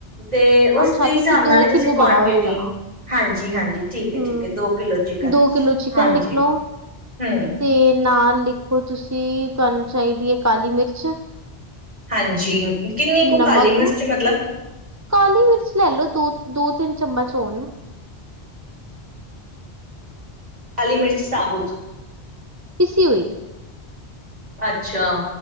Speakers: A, on the right (about 40°); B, on the right (about 20°).
A: ਤੇ ਉਸਦੇ
B: ਅੱਛਾ
A: ਹਿਸਾਬ
B: ਤੇ ਫਿਰ
A: ਨਾਲ
B: ਦੋ
A: ਹੀ ਤੁਸੀਂ
B: ਕਿੱਲੋ
A: ਕੁਆਂਟਿਟੀ
B: ਬੜਾ ਹੋਏਗਾ
A: ਹਾਂਜੀ ਹਾਂਜੀ ਠੀਕ ਹੈ
B: ਹੂੰ
A: ਠੀਕ ਹੈ, ਦੋ ਕਿਲੋ ਚਿਕਨ
B: ਦੋ ਕਿੱਲੋ ਚਿਕਨ
A: ਹਾਂਜੀ
B: ਲਿਖ ਲਓ
A: ਹੂੰ।
B: ਤੇ ਨਾਲ ਲਿਖੋ ਤੁਸੀਂ ਤੁਹਾਨੂੰ ਚਾਹੀਦੀ ਏ ਕਾਲੀ ਮਿਰਚ
A: ਹਾਂਜੀ ਕਿੰਨੀ ਕੁ
B: ਨਮਕ
A: ਕਾਲੀ ਮਿਰਚ ਮਤਲਬ?
B: ਕਾਲੀ ਮਿਰਚ ਲੈ ਲੋ ਦੋ, ਦੋ, ਤਿੰਨ ਚਮਚ ਹੂਣ।
A: ਕਾਲੀ ਮਿਰਚ ਸਾਬੁਤ-
B: ਪੀਸੀ ਹੋਈ।
A: ਅੱਛਾ